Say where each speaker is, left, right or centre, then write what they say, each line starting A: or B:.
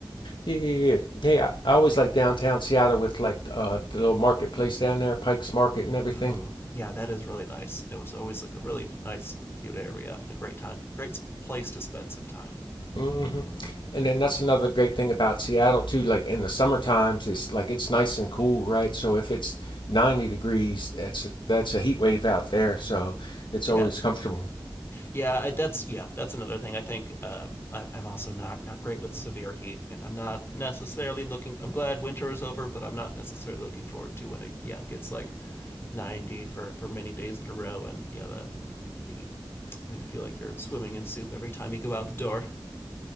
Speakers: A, on the left (about 65°); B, on the left (about 30°).
A: Yeah, yeah, yeah. Hey, I, I always like downtown Seattle with like uh, the little marketplace down there, Pike's Market and everything.
B: Oh, yeah, that is really nice. It was always like a really nice, cute area and a great time, great place to spend some time.
A: mm hmm And then that's another great thing about Seattle too. Like in the summer times, it's like it's nice and cool, right? So if it's 90 degrees, that's a, that's a heat wave out there. So it's
B: Yeah,
A: always comfortable. <laughs>
B: yeah, I- that's yeah, that's another thing. I think um, I, I'm also not not great with severe heat, and I'm not necessarily looking. I'm glad winter is over, but I'm not necessarily looking forward to when it yeah it gets like 90 for for many days in a row, and yeah the the you feel like you're swimming in soup every time you go out the door.